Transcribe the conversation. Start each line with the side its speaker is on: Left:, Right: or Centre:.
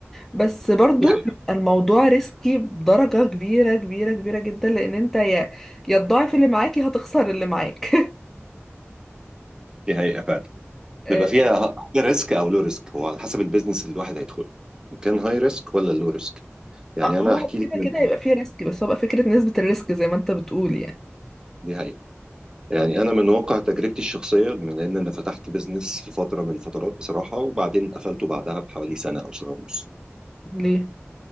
Centre: بس برضو
Right: دي حقيقة
Centre: بيبقى الموضوع ريسكي بدرجة كبيرة كبيرة كبيرة جدا لأن انت يا يا تضاعف اللي معاك يا هتخسر اللي معاك
Right: دي حقيقة فعلا
Centre: <laughs>
Right: بيبقى فيها هاي ريسك او لو ريسك هو على حسب البيزنس اللي الواحد هيدخله ان كان هاي ريسك ولا لو ريسك يعني
Centre: آه،
Right: انا
Centre: هو
Right: هحكي لك
Centre: كده
Right: من
Centre: كده يبقى فيه ريسك بس هو بقى فكرة نسبة الريسك زي ما انت بتقول يعني
Right: دي حقيقة يعني انا من واقع تجربتي الشخصية من ان انا فتحت بيزنس في فترة من الفترات بصراحة وبعدين قفلته بعدها بحوالي سنة او سنة ونص
Centre: ليه